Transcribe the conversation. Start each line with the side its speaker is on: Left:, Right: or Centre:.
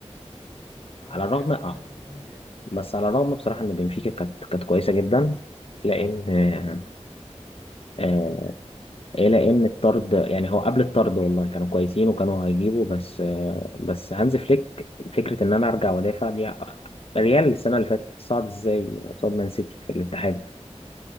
Centre: أه
Left: على
Centre: من
Left: الرغم
Centre: قبل
Left: اه
Centre: الطرد برشلونة بتدافع
Left: بس على الرغم بصراحة ان بنفيكا كانت كانت كويسة جدا لان آه آه،
Centre: جدا
Left: إيه لان الطرد يعني هو قبل الطرد والله كانوا كويسين وكانوا هيجيبوا بس آه بس هانز فليك فكرة ان انا ارجع وادافع دي ريال السنة اللي فاتت صعد ازاي قصاد مان سيتي في الاتحاد